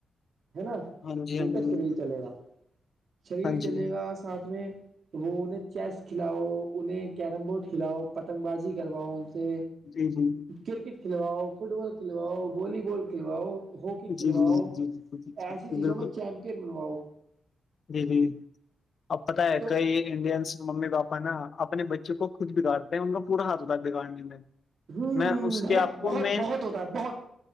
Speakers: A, on the right; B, on the left.
A: ہے نا
B: ہاں جی
A: ان
B: ہاں
A: کا
B: جی
A: شریر چلے گا شریر
B: ہاں
A: چلے
B: جی
A: گا ساتھ میں وہ انہیں چیس کھلاؤ انہیں کیرم بورڈ کھلاؤ پتنگ بازی کرواؤ ان سے
B: جی جی
A: کرکٹ کھلواؤ فٹ بال کھلواؤ والی بال کھلواؤ ہواکی
B: جی
A: کھلواؤ
B: جی جی جی جی
A: ایسی
B: جی
A: چیزوں
B: بالکل
A: میں چیمپئن بنواؤ
B: جی جی اب پتتا ہے
A: تو
B: کئی انڈینس ممی پاپا نا اپنے بچوں کو خود بگاڑ انکا پورا ہاتھ ہوتا ہے بگاڑنے میں
A: ہوں
B: میں اس
A: بہت
B: کے آپ کو
A: بہت
B: مین
A: بہت ہوتا ہے بہت